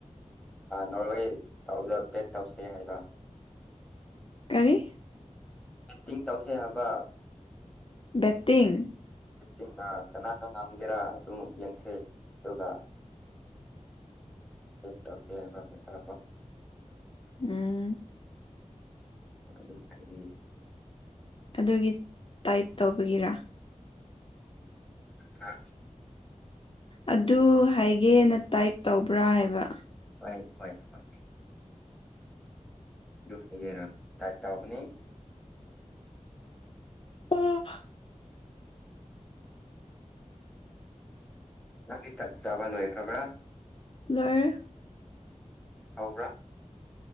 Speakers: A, in the centre; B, on the left (about 45°).
A: ꯅꯣꯔꯦ ꯇꯧꯗ ꯄ꯭ꯂꯦꯠ ꯇꯧꯁꯦ ꯍꯥꯏꯕ
B: ꯀꯔꯤ
A: ꯕꯠꯇꯤꯡ ꯇꯧꯁꯦ ꯍꯥꯏꯕ
B: ꯕꯦꯠꯇꯤꯡ
A: ꯕꯦꯠꯇꯤꯡ ꯀꯅꯥꯅ ꯉꯝꯒꯦꯔꯥ ꯑꯗꯨꯝ ꯌꯦꯡꯁꯦ ꯑꯗꯨꯒ ꯑꯗꯨ ꯇꯧꯁꯦꯕ ꯄꯩꯁꯥ ꯗꯣ
B: ꯎꯝ
A: ꯑꯗꯨꯝ ꯍꯥꯏꯗꯤ
B: ꯑꯗꯨꯒꯤ ꯇꯥꯏꯞ ꯇꯧꯕꯒꯤꯔꯥ
A: ꯍꯥ
B: ꯑꯗꯨ ꯍꯥꯏꯒꯦꯅ ꯇꯥꯏꯄ ꯇꯧꯕ꯭ꯔꯥ ꯍꯥꯏꯕ
A: ꯍꯣꯏ ꯍꯣꯏ ꯍꯣꯏ ꯑꯗꯨ ꯍꯥꯢꯒꯦꯅ ꯇꯥꯢꯄ ꯇꯧꯕꯅꯤ
B: <unintelligible>
A: ꯅꯪꯗꯤ ꯆꯥꯛ ꯆꯥꯕ ꯂꯣꯏꯈ꯭ꯔꯕ꯭ꯔꯥ
B: ꯂꯣꯏꯔꯦ
A: ꯍꯥꯎꯕ꯭ꯔꯥ